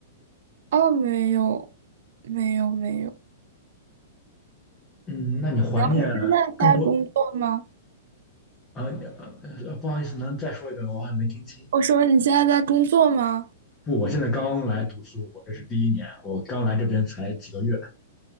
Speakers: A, on the right; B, on the left.
A: 哦，没有，没有，没有。
B: 嗯，那你怀念
A: 你现在在工作吗？
B: 更多？呃呃呃，不好意思，能再说一遍吗？我好像没听清。
A: 我说你现在在工作吗？
B: 不，我现在刚来读书，我这是第一年，我刚来这边才几个月。